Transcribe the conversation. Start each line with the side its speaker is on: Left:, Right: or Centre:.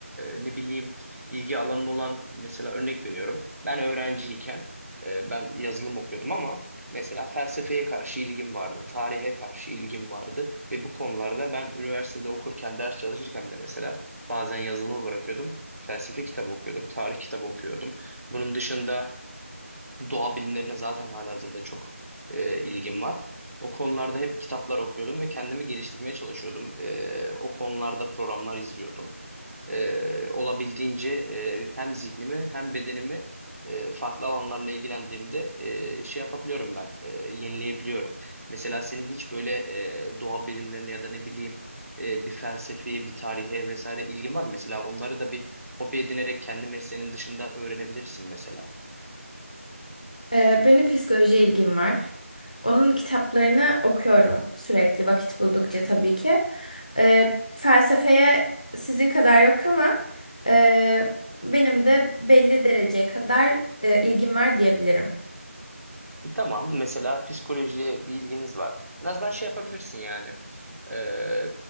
Right: ne bileyim ilgi alanın olan mesela örnek veriyorum. Ben öğrenciyken e, ben yazılım okuyordum ama mesela felsefeye karşı ilgim vardı. Tarihe karşı ilgim vardı. Ve bu konularda ben üniversitede okurken ders çalışırken bile mesela Bazen yazılımı bırakıyordum. Felsefe kitabı okuyordum. Tarih kitabı okuyordum. Bunun dışında Doğa bilimlerine zaten halihazırda çok e, ilgim var. O konularda hep kitaplar okuyordum ve kendimi geliştirmeye çalışıyordum. E, o konularda programlar izliyordum. E, olabildiğince e, hem zihnimi hem bedenimi e, farklı alanlarla ilgilendiğimde e, şey yapabiliyorum ben, e, yenileyebiliyorum. Mesela senin hiç böyle e, doğa bilimlerine ya da ne bileyim e, bir felsefeye, bir tarihe vesaire ilgin var mı? Mesela onları da bir hobi edinerek kendi mesleğinin dışında öğrenebilirsin mesela.
Left: Ee, benim psikolojiye ilgim var. Onun kitaplarını okuyorum sürekli vakit buldukça tabii ki. Ee, felsefeye sizin kadar yok ama e, benim de belli dereceye kadar e, ilgim var diyebilirim.
Right: Tamam. Mesela psikolojiye bir ilginiz var. En azından şey yapabilirsin yani. Ee,